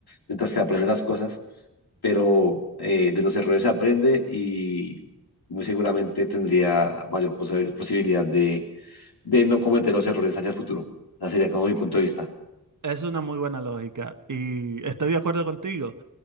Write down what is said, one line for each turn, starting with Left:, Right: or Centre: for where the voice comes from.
Left: mientras que aprende las cosas, pero eh, de los errores se aprende y muy seguramente tendría mayor posi- posibilidad de, de no cometer los errores hacia el futuro. Ese sería como mi punto de vista.
Right: Es una muy buena lógica y estoy de acuerdo contigo.